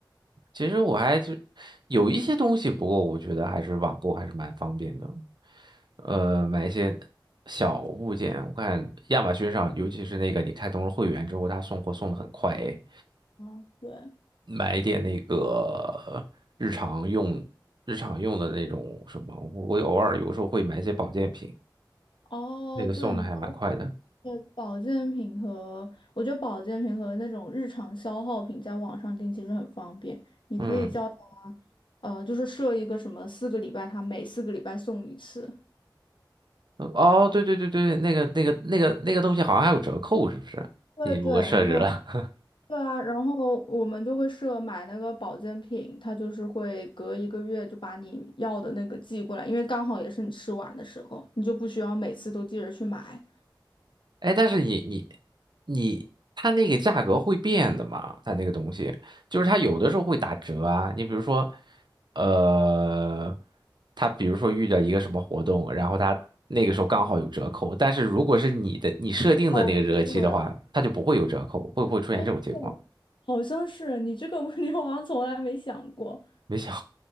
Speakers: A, on the right; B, on the left.
A: 其实我还是有一些东西，不过我觉得还是网购还是蛮方便的。呃，买一些小物件，我看亚马逊上，尤其是那个你开通了会员之后，他送货送的很快诶
B: 哦，对，
A: 买一点那个日常用、日常用的那种什么，我偶尔有时候会买一些保健品，
B: 哦，
A: 那个送的还蛮快的。
B: 对，你说。对，保健品和我觉得保健品和那种日常消耗品在网上订其实很方便，你可以叫它，
A: 嗯，
B: 呃，就是设一个什么四个礼拜，它每四个礼拜送一次。
A: 呃哦，对对对对，那个那个那个那个东西好像还有折扣，是不是？
B: 对对，
A: 你如果设置了。
B: 然后
A: <laughs>
B: 对啊，然后我们就会设买那个保健品，它就是会隔一个月就把你要的那个寄过来，因为刚好也是你吃完的时候，你就不需要每次都记着去买。
A: 哎，但是你你你，它那个价格会变的嘛？它那个东西，就是它有的时候会打折啊。你比如说，呃，它比如说遇到一个什么活动，然后它那个时候刚好有折扣，但是如果是你的你设定的那个日期的话，
B: 哦，对，
A: 它就不会有折扣，会不会出现这种情况？
B: 哎，对，好像是你这个问题，我好像从来没想过。
A: 没想